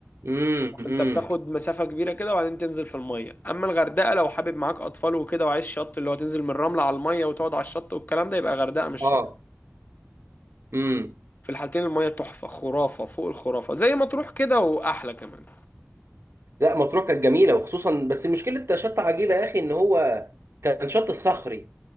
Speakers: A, on the right; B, on the left.
A: امم امم
B: انت بتاخد مسافة كبيرة كده وبعدين تنزل في المية اما الغردقة لو حابب معاك اطفال وكده وعايز شط اللي هو تنزل من الرملة على المية وتقعد على الشط والكلام ده يبقى غردقة مش
A: اه
B: شرم
A: امم
B: في الحالتين المية تحفة خرافة فوق الخرافة زي ما تروح كده واحلى كمان
A: لا مطروح كانت جميله وخصوصا بس مشكله شط عجيبه يا اخي ان هو كان شط صخري